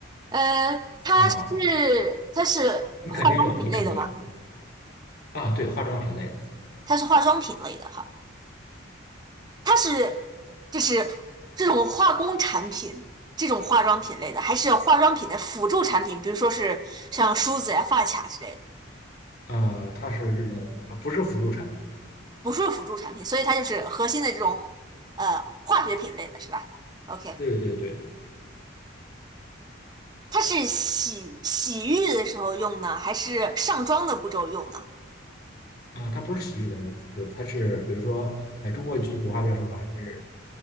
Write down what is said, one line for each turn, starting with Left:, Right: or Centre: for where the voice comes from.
Right: 呃，它是
Left: 啊，
Right: 它是化妆品类的嘛，
Left: 你肯定有，你肯定有啊，对，化妆品类
Right: 它是化妆品类的哈，它是就是这种化工产品，这种化妆品类的，还是化妆品的辅助产品，比如说是像梳子呀、发卡之类的，
Left: 的，啊，它是这种，啊不是辅助产品。
Right: 不是辅助产品，所以它就是核心的这种呃化学品类的是吧？OK。
Left: 对对对，
Right: 它是洗洗浴的时候用呢，还是上妆的步骤用呢
Left: 啊，它不是洗浴的那种，就是它是比如说，哎，中国有句古话叫什么？是。